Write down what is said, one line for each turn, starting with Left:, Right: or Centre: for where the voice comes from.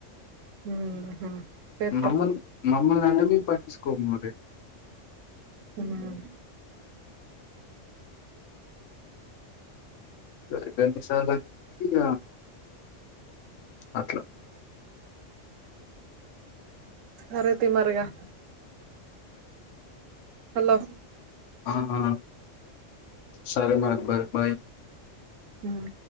Right: మ్మ్ చేత్తరు
Left: మమ్మల్ మమ్మల్ననంది పాయింట్. తీసుకో మరి.
Right: ఉమ్.
Left: ఇప్పుడు ఎన్నిసార్లు అయ్యింది ఇగ అట్లా.
Right: సరే తిన్నారుగా. హలో.
Left: ఆహ్ సరే మరి బ బాయ్.
Right: ఉమ్.